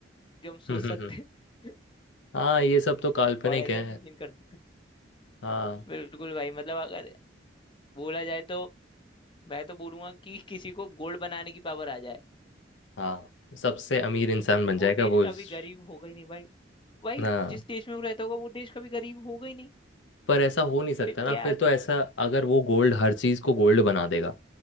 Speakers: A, on the left (about 25°); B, on the left (about 75°).
A: जो हम सोच
B: हम्म
A: सकते
B: हम्म हम्म।
A: हैं
B: हाँ ये सब तो काल्पनिक
A: <laughs> और ऐसा
B: है
A: इमेजिन कर सकते हैं
B: हाँ
A: बिल्कुल भाई मतलब अगर बोला जाए तो मैं तो बोलूंगा कि किसी को गोल्ड बनाने की पावर आ जाए
B: हाँ सबसे अमीर इंसान बन जाएगा
A: वो देश
B: वो इस-
A: कभी गरीब होगा ही नहीं भाई भाई
B: हाँ
A: जिस देश में वो रहता होगा वो देश कभी गरीब होगा ही नहीं
B: पर ऐसा हो नहीं सकता
A: फिर
B: ना
A: क्या
B: फिर तो ऐसा अगर वो गोल्ड हर चीज़ को गोल्ड बना देगा